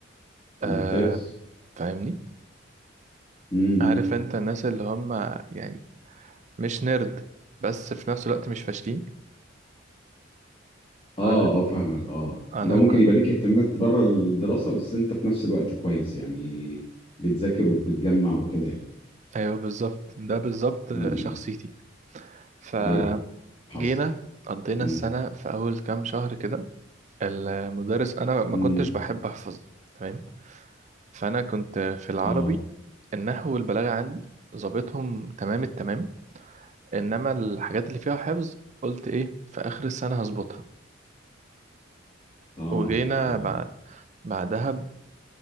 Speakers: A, on the left (about 30°); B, on the right (about 40°).
A: ممتاز
B: آه فاهمني
A: امم
B: عارف انت الناس اللي هم يعني مش نرد بس في نفس الوقت مش فاشلين
A: اه
B: انا
A: اه فاهمك اه
B: انا
A: لو ممكن
B: كنت
A: يبقى ليك اهتمامات بره الدراسه بس انت في نفس الوقت كويس يعني بتذاكر وبتجمع وكده يعني
B: ايوه بالظبط ده بالظبط
A: امم
B: شخصيتي فجينا
A: ايوه حصل
B: قضينا
A: امم
B: السنة في أول كام شهر كده المدرس أنا ما
A: امم
B: كنتش بحب أحفظ تمام فأنا كنت في العربي
A: اه
B: النحو والبلاغة عندي ظابطهم تمام التمام إنما الحاجات اللي فيها حفظ قلت إيه في آخر السنة هظبطها
A: اه
B: وجينا
A: اه
B: بع- بعدها